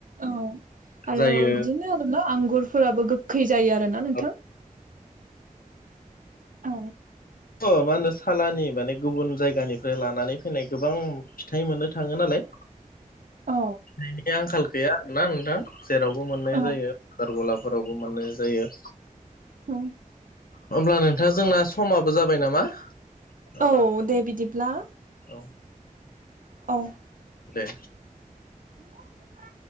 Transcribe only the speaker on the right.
औ आरो
बिदिनो आरोना आंगुरफोराबो गोखै जायो आरोना नोंथां।
औ।
<inaudible> औ
औ
औ।
औ दे बिदिब्ला।
औ।
<unintelligible>